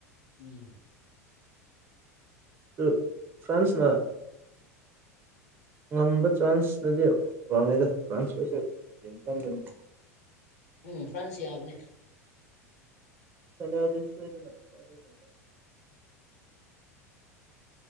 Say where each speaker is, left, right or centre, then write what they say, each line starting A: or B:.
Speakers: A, on the left; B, on the right.
A: ꯎꯝ
B: ꯑꯗꯨ ꯐ꯭ꯔꯥꯟꯁꯅ ꯉꯝꯕ ꯆꯥꯟꯁꯅꯗꯤ ꯋꯥꯡꯉꯦꯗ ꯐ꯭ꯔꯥꯟꯁ ꯈꯣꯏꯁꯦ <unintelligible>
A: ꯎꯝ ꯐ꯭ꯔꯥꯟꯁ ꯌꯥꯕꯅꯦ
B: <unintelligible>